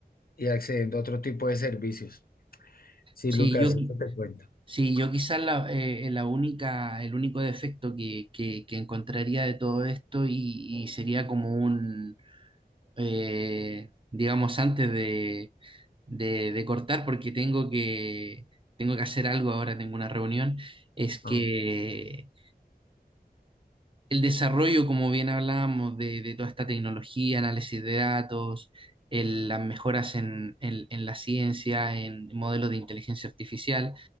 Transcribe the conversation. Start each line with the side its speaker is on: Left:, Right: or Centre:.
Left: y accediendo a otro tipo de servicios. Sí,
Right: Sí,
Left: Lucas,
Right: yo,
Left: eso te cuento.
Right: Sí, yo quizás la, eh, la única, el único defecto que, que- que encontraría de todo esto y, y sería como un, eh, digamos, antes de, de- de cortar, porque tengo que, tengo que hacer algo ahora, tengo una reunión, es que
Left: Ah,
Right: el desarrollo, como bien hablábamos, de, de toda esta tecnología, análisis de datos, el- las mejoras en, en- en la ciencia, en modelos de inteligencia artificial,